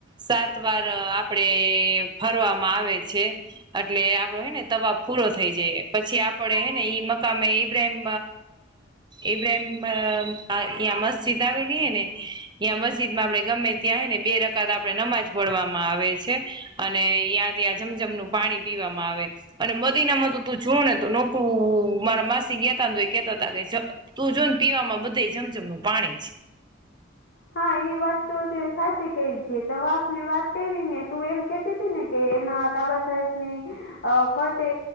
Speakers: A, on the right; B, on the left.
A: સાત વાર આપડે ફરવામાં આવે છે. એટલે આપડો હેને તવાબ પૂરો થઈ જાય પછી આપડે હેને ઈ મકામે ઈબ્રાહીમ એઇબ્રાહિમ મસ્જિદ આવેલી હ ને યાંયા મસ્જિદ માં આપડે ગમે ત્યાંને બે રકાત આપડણે નમાજ પડવામાં આવે છે અને ્યાં ત્યાં જમઝમનું પાણી પીવામાં આવે અને મદી નામાં તો તું જો ને તો નોકરું મારા માસી ગેતા કેતા તું જો ને પીવામાં બધા જમઝમનું પાણી
B: હા એ વાત તો તે સાચી કરી છે તવાફ ને વાત કરી ને તું એમ કેતી હતી ને કે માકા બસસને અ ફરતે